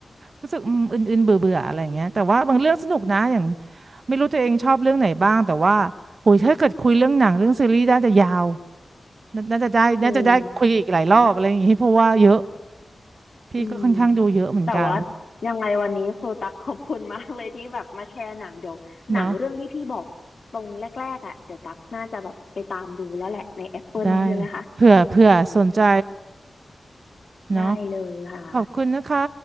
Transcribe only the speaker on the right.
รู้สึกอืมอื่นๆเบื่อเบื่ออะไรอย่างเงี้ยแต่ว่าบางเรื่องสนุกนะอย่างไม่รู้ตัวเองชอบเรื่องไหนบ้างแต่ว่าโหยถ้าเกิดคุยเรื่องหนังเรื่องซีรีส์น่าจะยาวน่าน่าจะได้น่าจะได้คุยอีกหลายรอบอะไรอย่างงี้เพราะว่าเยอะ
พี่ก็ค่อนข้างดูเยอะเหมือนกัน
เนาะ
ได้
เผื่อเผื่อสนใจเนาะ
ขอบคุณนะคะ